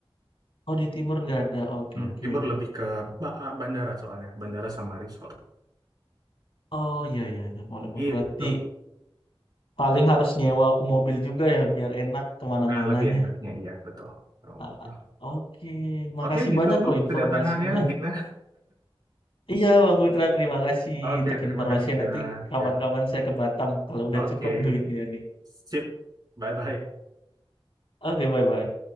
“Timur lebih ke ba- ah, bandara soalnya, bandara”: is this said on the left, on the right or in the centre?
Right